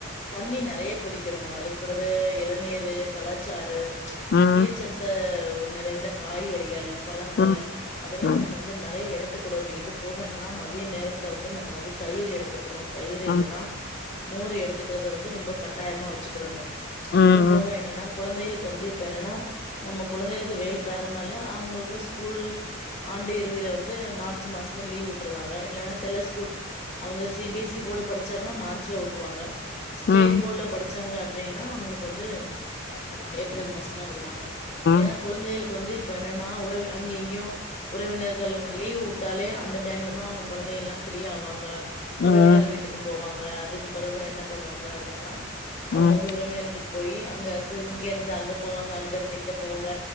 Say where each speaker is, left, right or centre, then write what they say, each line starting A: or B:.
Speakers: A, on the left; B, on the left.
A: தண்ணி நெறைய குடிக்கணு அதுக்பெறவு இளநீரு பழச்சாறு
B: ம்
A: நீர்ச்சத்த நிறைந்த காய்கறிகள் பழங்கள்
B: ம்
A: இதலா
B: ம்
A: நம்மோ வந்து நெறைய எடுத்துக்குடணு இது போகன்னா மதிய நேரத்துல வந்து நம்மோ வந்து தயிர் எடுத்து குணு தயிரு
B: ம்
A: இல்லனா மோரு எடுத்துக்கிறத வந்து ரொம்ப கட்டாயமா வச்சுக்கிடணு
B: ம்
A: அது போக
B: ம்
A: என்னனா குழந்தைகளுக்கு வந்து இப்ப என்னனா நம்ம குழந்தைகளுக்கு வெயில் கார்ணமால அவுங்குளுக்கு ஸ்கூல் ஆண்டு இறுதில வந்து மார்ச் மாசமே லீவ் உட்ருறாங்க இல்லனா செல ஸ்கூல் அவுங்க C B S C board படிச்சாங்கனா மார்ச்ல உட்ருவாங்க ஸ்டேட்
B: ம்
A: போட்ல படிச்சாங்க அப்டினா அவுங்ளுக்கு வந்து ஏப்ரல் மாசந்தா விடுவாங்க
B: ம்
A: ஏனா குழந்தைகளுக்கு வந்து இப்போ என்னனா உறவு அங்கே இங்யு உறவினர்கள் லீவு உட்டாலே அந்த டைம்லதா அவ்ங்க குழந்தைகள்லா ஃபிரீயாவாங்க
B: ம்
A: உறவினர் வீட்டுக்கு போவாங்க அதுக்கு பெறவு என்ன பண்ணுவாங்க அப்புனா அவுங்க
B: ம்
A: வந்து உறவினன்ட்டு போயி அங்க இருந்து இங்க இருந்து அங்க போவாங்க அங்க இருந்து இங்க போவாங்க